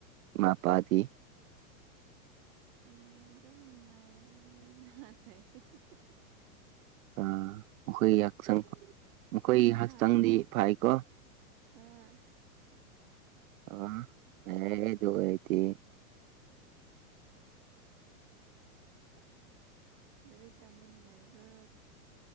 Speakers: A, on the right; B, on the right.
A: ꯏꯃꯥꯄꯥꯗꯤ
B: ꯑꯦ ꯑꯗꯨꯝ ꯅꯨꯡꯉꯥꯏꯌꯦ <unintelligible>
A: ꯑꯥ ꯃꯈꯣꯏꯒꯤ ꯍꯛꯆꯥꯡ ꯃꯈꯣꯏꯒꯤ
B: ꯍꯥ
A: ꯍꯛꯆꯥꯡꯗꯤ ꯐꯥꯏꯀꯣ
B: ꯍꯣꯏ
A: ꯑꯣ <unintelligible> ꯑꯗꯨ ꯑꯣꯏꯗꯤ
B: ꯂꯥꯏꯔꯤꯛ ꯇꯝꯕ ꯅꯨꯡꯉꯥꯏꯕ꯭ꯔꯣ